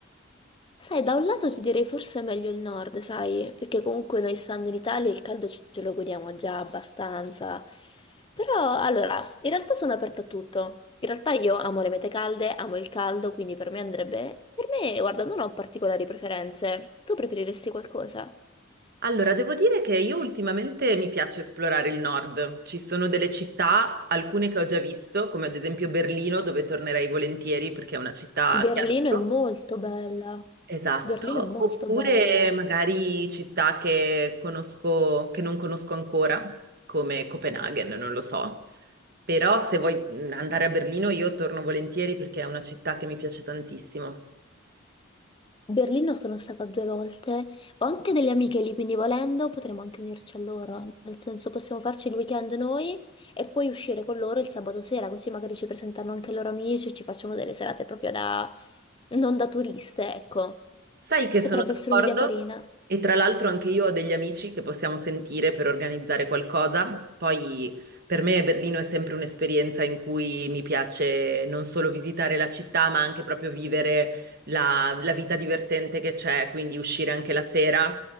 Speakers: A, on the left (about 25°); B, on the right (about 50°).
A: Sai, da un lato ti direi forse è meglio il nord, sai, perché comunque noi stando in Italia il caldo ce ce lo godiamo già abbastanza. Però, allora, in realtà sono aperta a tutto. In realtà io amo le mete calde, amo il caldo, quindi per me andrebbe... Per me, guarda, non ho particolari preferenze. Tu preferiresti qualcosa?
B: Allora, devo dire che io ultimamente mi piace esplorare il nord. Ci sono delle città, alcune che ho già visto, come ad esempio Berlino, dove tornerei volentieri perché è una città
A: Berlino
B: che adoro.
A: è molto bella.
B: Esatto,
A: Berlino è molto
B: oppure
A: bella.
B: magari città che conosco, che non conosco ancora, come Copenaghen, non lo so. Però se vuoi mm, andare a Berlino io torno volentieri perché è una città che mi piace tantissimo.
A: Berlino sono stata due volte, ho anche delle amiche lì, quindi volendo potremmo anche unirci a loro, nel senso possiamo farci il weekend noi e poi uscire con loro il sabato sera, così magari ci presentano anche i loro amici e ci facciamo delle serate proprio da... non da turiste, ecco.
B: Sai che
A: Potrebbe
B: sono d'accordo
A: essere un'idea carina.
B: e tra l'altro anche io ho degli amici che possiamo sentire per organizzare qualcosa. Poi per me Berlino è sempre un'esperienza in cui mi piace non solo visitare la città, ma anche proprio vivere la, la vita divertente che c'è, quindi uscire anche la sera.